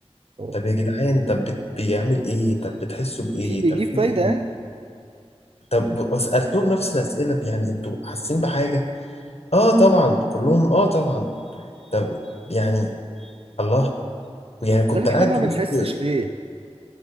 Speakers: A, on the right; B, on the left.
A: اه
B: طب يا جدعان طب بت- بيعمل إيه طب بتحسوا بإيه
A: في بيجيب
B: طب في
A: فايده
B: إيه
A: يعني
B: طب وسألتهم نفس الأسئلة يعني أنتوا حاسين بحاجة؟ آه طبعا كلهم آه طبعا طب يعني الله يعني كنت
A: امال
B: قاعد
A: احنا ما بنحسش
B: وسط
A: ليه